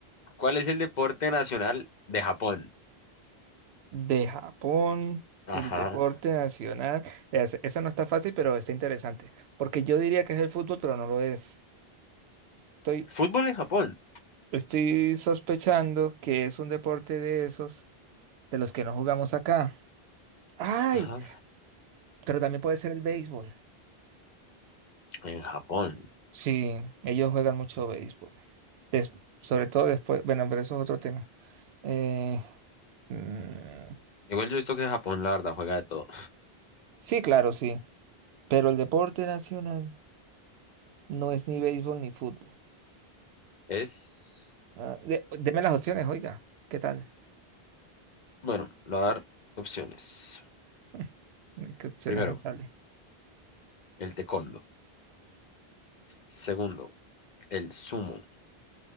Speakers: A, on the left; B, on the right.
A: ¿Cuál es el deporte nacional de Japón?
B: De Japón,
A: Ajá.
B: el deporte nacional. Es- esa no está fácil, pero está interesante. Porque yo diría que es el fútbol, pero no lo es. Estoy,
A: Fútbol en Japón.
B: estoy sospechando que es un deporte de esos, de los que no jugamos acá. ¡Ay!
A: Ajá.
B: Pero también puede ser el béisbol.
A: En Japón.
B: Sí, ellos juegan mucho béisbol. Des- sobre todo después. Bueno, pero eso es otro tema. Eh, mm,
A: Igual yo he visto que Japón, la verdad, juega de todo.
B: sí, claro, sí. Pero el deporte nacional no es ni béisbol ni fútbol.
A: Es.
B: Ah, de- deme las opciones, oiga. ¿Qué tal?
A: Bueno, le voy a dar opciones.
B: <laughs> ¿Qué opciones
A: Primero,
B: me sale?
A: el taekwondo. Segundo, el sumo.